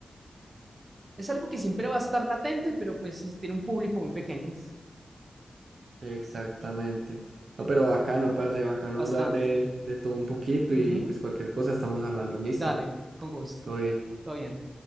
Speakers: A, on the right; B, on the right.
A: es algo que siempre va a estar latente, pero pues tiene un público muy pequeño,
B: Exactamente. No, pero bacano, parce, bacano
A: bastante.
B: hablar de, de todo un poquito
A: Ujú.
B: y pues cualquier cosa estamos hablando. Listo.
A: Dale, con gusto.
B: Todo bien.
A: Todo bien.